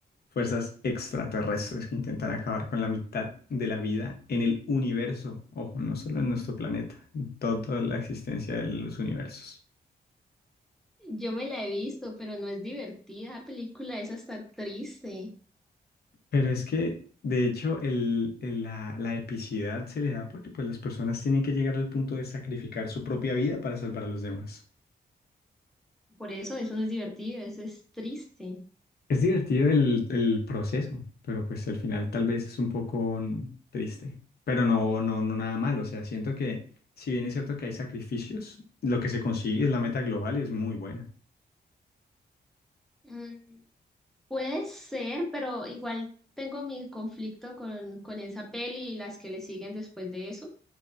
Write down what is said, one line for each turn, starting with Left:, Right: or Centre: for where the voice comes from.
Left: fuerzas extraterrestres que intentan acabar con la mitad de la vida en el universo. Ojo, no solo en nuestro planeta, en toda la existencia de los universos.
Centre: Yo me la he visto, pero no es divertida. La película es hasta triste.
Left: Pero es que, de hecho, el, el- la, la epicidad se le da porque pues, las personas tienen que llegar al punto de sacrificar su propia vida para salvar a los demás.
Centre: Por eso, eso no es divertido, eso es triste.
Left: Es divertido el, el proceso, pero pues al final tal vez es un poco mm, triste. Pero no, no, no nada malo. O sea, siento que si bien es cierto que hay sacrificios, lo que se consigue es la meta global y es muy buena.
Centre: Mm. Puede ser, pero igual tengo mi conflicto con, con esa peli y las que le siguen después de eso. O